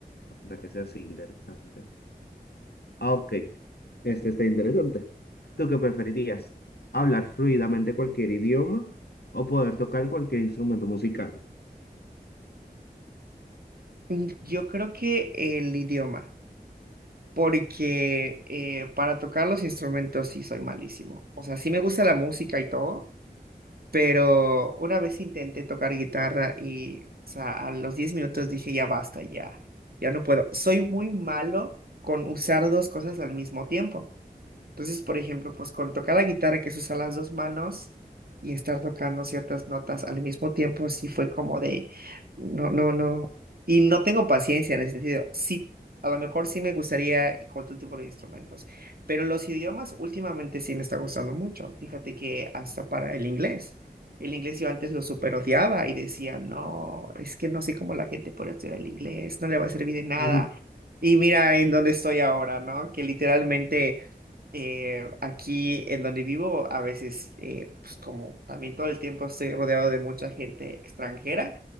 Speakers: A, on the left (about 80°); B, on the right (about 65°).
A: para que sea así interesante. Ah, ok, este está interesante. ¿Tú qué preferirías? ¿Hablar fluidamente cualquier idioma o poder tocar cualquier instrumento musical?
B: Mm, Yo creo que el idioma, porque eh, para tocar los instrumentos sí soy malísimo. O sea, sí me gusta la música y todo, pero una vez intenté tocar guitarra y, o sea, a los 10 minutos dije, ya basta, ya, ya no puedo. Soy muy malo con usar dos cosas al mismo tiempo. Entonces, por ejemplo, pues con tocar la guitarra, que se usan las dos manos, y estar tocando ciertas notas al mismo tiempo, sí fue como de, no, no, no. Y no tengo paciencia en ese sentido. Sí, a lo mejor sí me gustaría con otro tipo de instrumentos, pero los idiomas últimamente sí me está gustando mucho. Fíjate que hasta para el inglés. El inglés yo antes lo super odiaba y decía, no, es que no sé cómo la gente puede estudiar el inglés, no le va a servir de nada.
A: Ujú.
B: Y mira en dónde estoy ahora, ¿no? Que literalmente eh, aquí en donde vivo, a veces, eh, pues como también todo el tiempo estoy rodeado de mucha gente extranjera,